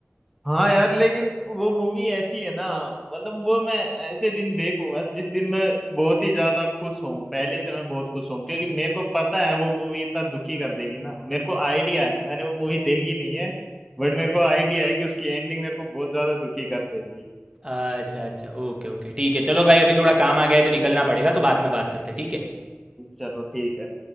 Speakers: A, in the centre; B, on the right.
A: हाँ यार लेकिन वो मूवी ऐसी है ना मतलब वो मैं ऐसे दिन देखूंगा जिस दिन मैं बहुत ही ज्यादा खुश हूँ पहले से मैं बहुत खुश हूँ क्योंकि मेरे को पता है वो मूवी इतना दुखी कर देगी ना मेरे को आइडिया है मैंने वो मूवी देखी नहीं है बट मेरे को आइडिया है कि उसकी एंडिंग मेरे को बहुत ज्यादा दुखी कर देगी
B: अच्छा अच्छा ओके ओके ठीक है चलो भाई अभी थोड़ा काम आ गया है तो निकलना पड़ेगा तो बाद में बात करते हैं ठीक है
A: चलो ठीक है